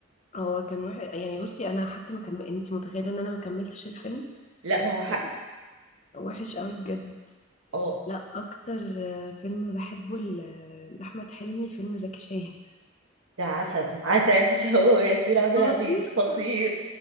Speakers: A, on the left; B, on the right.
A: هو كان وحش يعني بصي انا حتى ما كم... انت متخيلة ان انا ما كملتش الفيلم
B: لا ما هو حق
A: يعني وحش قوي بجد
B: اه
A: لا اكتر فيلم بحبه ل- لاحمد حلمي فيلم زكي شان
B: ده عسل عسل <laughs> هو ياسمين عبد
A: فظيع
B: العزيز خطير